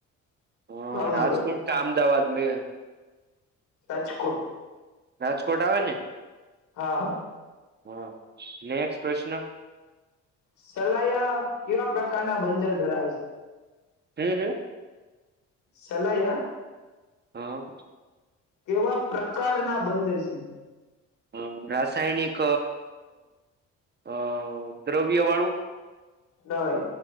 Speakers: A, on the right; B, on the left.
A: હ
B: ભાવનગર
A: રાજકોટ કા અમદાવાદ મે
B: રાજકોટ
A: રાજકોટ આવે ને
B: હા
A: હા નેક્સ્ટ પ્રશ્ન
B: સલાયા કેવા પ્રકારના બંદર ધરાવે છે
A: હમ હમ
B: સલાહ
A: હા
B: કેવા પ્રકાર ના બંદર છે
A: અ રાસાયણિક અ દ્રવ્ય વાળું
B: નય